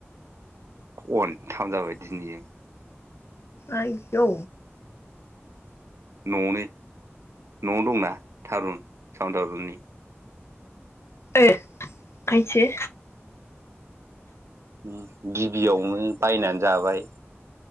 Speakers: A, on the right; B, on the left.
A: खनथाम जाबाय दिनैजों
B: आयदौ
A: न'आवनो न'आवनो दंना थारुन सावन थारुननि
B: ओ खायसो
A: उम गिबियावनो बायनान जाबाय।